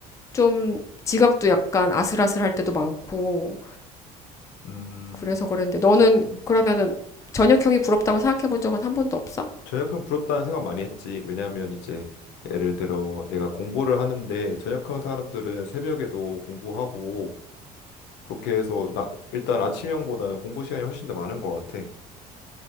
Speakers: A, on the left (about 15°); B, on the left (about 65°).
A: 좀 지각도 약간 아슬아슬할 때도 많고,
B: 음,
A: 그래서 그랬는데 너는
B: 음.
A: 그러면은 저녁형이 부럽다고 생각해 본 적은 한 번도 없어?
B: 전역형 부럽다는 생각 많이 했지. 왜냐하면 이제 예를 들어 내가 공부를 하는데 전역형 사람들은 새벽에도 공부하고 그렇게 해서 나 일단 아침형보다는 공부 시간이 훨씬 더 많은 것 같아.